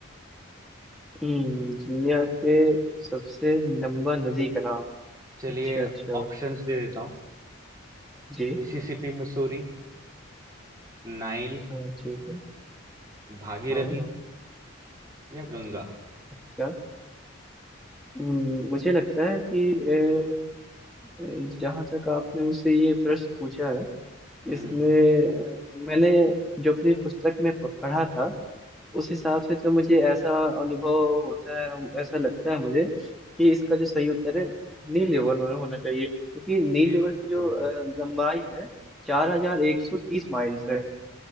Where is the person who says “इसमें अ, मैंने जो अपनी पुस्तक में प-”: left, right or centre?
Centre